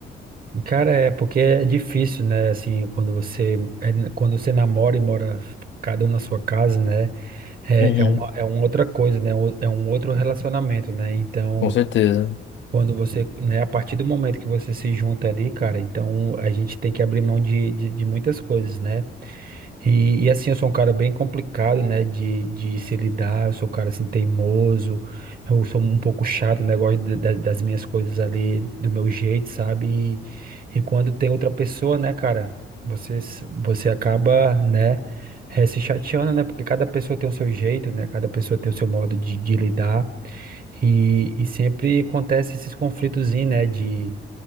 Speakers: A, on the right; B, on the left.
A: Cara, é porque é difícil, né? Assim, quando você é, quando você namora e mora cada um na sua casa, né? É,
B: Uhum.
A: é uma, é uma outra coisa, né? o- É um outro relacionamento, né? Então,
B: Com certeza,
A: Quando você, né, a partir do momento que você se junta ali, cara, então a gente tem que abrir mão de, de, de muitas coisas, né? E, e assim, eu sou um cara bem complicado, né, de, de se lidar, eu sou um cara assim teimoso, eu sou um pouco chato, né, gosto de- da- das minhas coisas ali do meu jeito, sabe? E, e quando tem outra pessoa, né, cara, você, s- você acaba, né, eh, se chateando, né, porque cada pessoa tem o seu jeito, né, cada pessoa tem o seu modo de de lidar. E, e sempre acontece esses conflitos, né, de,